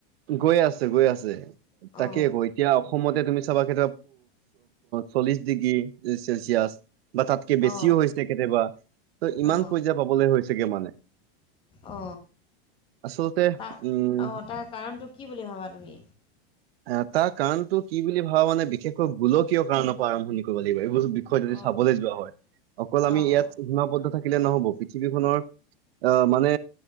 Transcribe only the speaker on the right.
গৈ আছে গৈ আছে তাকে
কৈ এতিয়া অসমতে তুমি চাবা কেতি চল্লিশ ডিগ্ৰী চেলচিয়াছ। বা তাতকে বেছিও
হৈছে কেতিয়াবা ত' ইমান
পৰ্যা পাবলৈ হৈছেগে মানে।
আচলতে
উম
এ তাৰ কাৰণতটো কি বুলি ভাবা মানে বিশেষকৈ গোলকীয় কাৰণৰ পৰা আৰম্ভণি কৰিব লাগিব। বিষয়টোদি
চাবলৈ যোৱা হয় অকল আমি
ইয়াত সীমাবদ্ধ থাকিলে নহব পৃথিৱীখনৰ অ', মানে